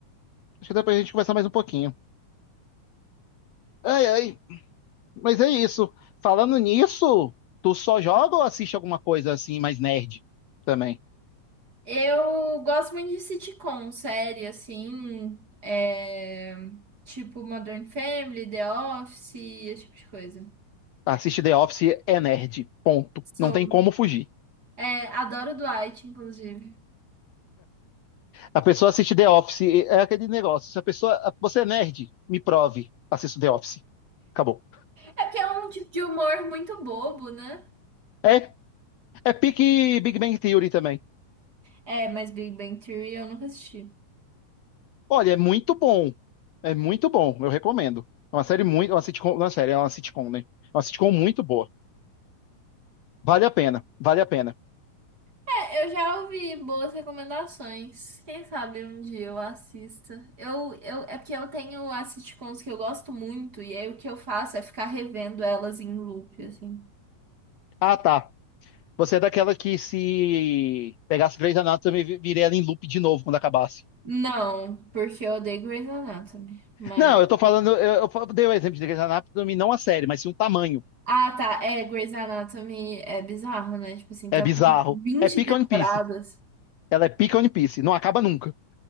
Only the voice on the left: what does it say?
Acho que dá pra gente conversar mais um pouquinho. Ai, ai. Mas é isso. Falando nisso, tu só joga ou assiste alguma coisa assim mais nerd também?
Assiste The Office é nerd. Ponto.
Não tem como fugir.
A pessoa assiste The Office, é aquele negócio. Se a pessoa. Você é nerd? Me prove. Assisto The Office. Acabou.
É, é pique Big Bang Theory também.
Olha, é muito bom. É muito bom, eu recomendo. É uma série muito. Uma sitcom, não é série, é uma sitcom, né? É uma sitcom muito boa. Vale a pena, vale a pena.
Ah, tá. Você é daquela que se pegasse Grey's Anatomy, vi- viria ela em loop de novo quando acabasse.
Não, eu tô falando. Eu, eu fa- dei o exemplo de Grey's Anatomy, não a série, mas sim o tamanho.
É
bizarro.
É pica
One Piece. Ela é pica One Piece. Não acaba nunca.